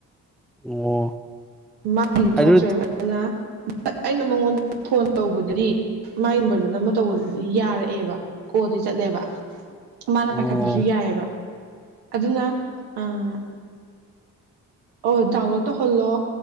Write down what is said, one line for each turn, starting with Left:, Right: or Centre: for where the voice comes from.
Centre: ꯑꯣ
Right: ꯃꯥ ꯊꯣꯛꯇ꯭ꯔꯦꯕ
Centre: ꯑꯗꯨ
Right: ꯅ ꯑꯩꯅ ꯃꯉꯣꯟꯗ ꯐꯣꯟ ꯇꯧꯕꯗꯗꯤ ꯃꯥꯏ ꯅꯝꯕꯔꯗꯨ ꯅꯝꯃ ꯇꯧꯕꯗꯨꯗꯤ ꯌꯥꯔꯛꯑꯦꯕ ꯀꯣꯜꯗꯤ ꯆꯠꯂꯦꯕ꯫ ꯃꯥꯅ
Centre: ꯑꯣ
Right: ꯄꯥꯏꯈꯠꯄꯁꯨ ꯌꯥꯏꯑꯦꯕ꯫ ꯑꯗꯨꯅ ꯑꯥ ꯑꯣ ꯗꯥꯎꯟꯂꯣꯗ ꯇꯧꯍꯜꯂꯣ